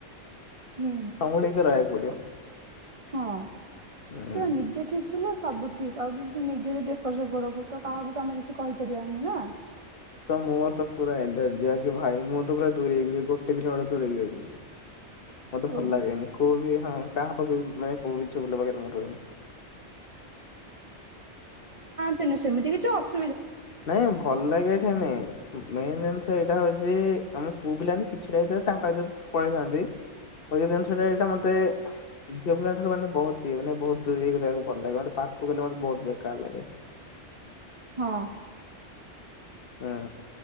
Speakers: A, on the right; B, on the left.
A: ହୁଁ
B: ସମ୍ଭାଳିକି ତ ରହିବାକୁ ପଡିବ
A: ହଁ।
B: ହୁଁ।
A: ସେଟା ନିଜେ ଠିକ୍ ଥିଲେ ସବୁ ଠିକ୍ ଆଉ ଯଦି ନିଜେ ଏପଟ ସେପଟ ହବୁ ତ କାହାକୁଠୁ ଆମେ କିଛି କହିପାରିବା ନା ନା
B: ମୁଁ ତ ପୁରା ଏଲର୍ଜିଆ ଭାଇ ମୁଁ ତ ପୁର ଦୂରି ଏଇ କର <unintelligible> ମତେ ଭଲ
A: ଓହୋ
B: ଲାଗେନି କୋଉ ବି ହଁ କାହା ପାଖରେ ମାନେ କୋଉ ବି ଝିଅପିଲା ପାଖରେ ମୁଁ ରୁହେନି।
A: ତ ସେମିତି କିଛି ଅସ୍
B: ନାଇଁ ଭଲ ଲାଗେ ଏଠି ନାଇଁ? ମେନ୍ ଜିନିଷ ଏଇଟା ହଉଛି ଆମେ ପୁଅ ପିଲାମାନେ କିଛିଟା ଭିତରେ ତାଙ୍କ ଭିତରେ ପଳେଇଥାନ୍ତି। ବାକି ଜିନିଷଟା ଏଇଟା ମତେ ଝିଅ ପିଲା ଠାରୁ ମାନେ ବହୁତ ଇଏ ମାନେ ବହୁତ। ଦୂରେଇ ରହିବାକୁ ଭଲ ଲାଗେ। ପାଖକୁ ଗଲେ ମତେ ବହୁତ ବେକାର ଲାଗେ।
A: ହଁ
B: ହୁଁ